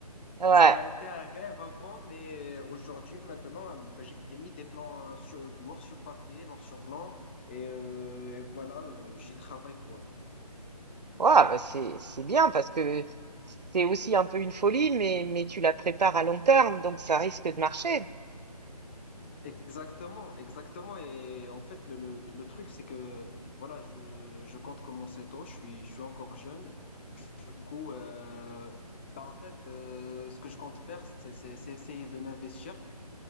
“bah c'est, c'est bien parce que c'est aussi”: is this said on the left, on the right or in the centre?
Right